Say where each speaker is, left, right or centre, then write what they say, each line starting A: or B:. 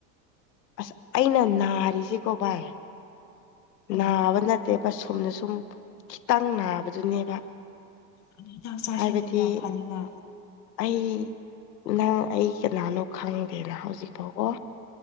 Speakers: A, on the left; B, on the left.
A: ꯑꯁ ꯑꯩꯅ ꯅꯥꯔꯤꯁꯤꯀꯣ ꯚꯥꯏ
B: ꯑꯦ
A: ꯅꯥꯕ ꯅꯠꯇꯦꯕ ꯁꯣꯨꯝꯅ ꯁꯨꯝ ꯈꯤꯇꯪ ꯅꯥꯕꯗꯨꯅꯦꯕ
B: ꯑꯗꯨ ꯍꯤꯗꯥꯛ ꯆꯥ
A: ꯍꯥꯏꯕꯗꯤ
B: ꯁꯦꯟꯗꯨꯅ ꯐꯅꯤꯅ
A: ꯑꯩ ꯅꯪ ꯑꯩ ꯀꯅꯥꯅꯣ ꯈꯪꯗꯦꯅ ꯍꯧꯖꯤꯛ ꯐꯥꯎꯕꯣ